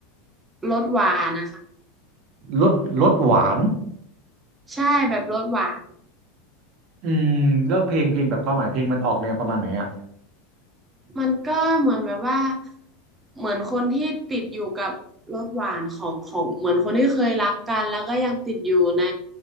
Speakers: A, on the right; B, on the right.
A: รสหวานนะคะ
B: รสรสหวาน
A: ใช่แบบรสหวาน
B: อืมแล้วเพลงเพลงแบบความหมายเพลงมันออกแนวประมาณไหนอ่ะ
A: มันก็เหมือนแบบว่าเหมือนคนที่ติดอยู่กับรสหวานของของเหมือนคนที่เคยรักกันแล้วก็ยังติดอยู่ใน